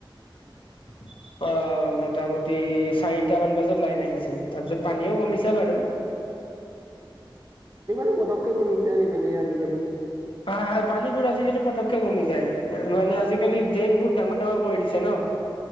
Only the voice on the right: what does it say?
ইমান পটককে কমি যায় মানে আজিকালি